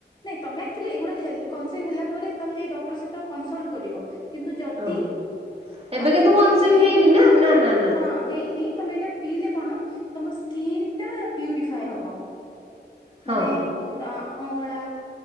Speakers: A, on the left; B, on the right.
A: ନାଇଁ ତମେ ଆକ୍ଚୁଲି ଏଗୁଡା ହେଲ କନ୍‌ସିଭ୍ ହେଲା ପରେ ଡକ୍ଟର ସହିତ କନସଲ୍ କରିବ। କିନ୍ତୁ ଯଦି
B: ଓହ ଏବେ
A: କନସିଭ୍
B: କିନ୍ତୁ
A: ହେଇଛି କି
B: ହେଇନି ନା ନା ନା ନା।
A: ହଁ। ହେଇନି ତମେ ଏଇଟା ପିଇଲେ କଣ ତମ ସ୍କିନ୍ ଟା ପ୍ୟୁରିଫାଏ ହବ।
B: ହଁ
A: ମାନେ
B: ହଁ
A: ଅଁଳା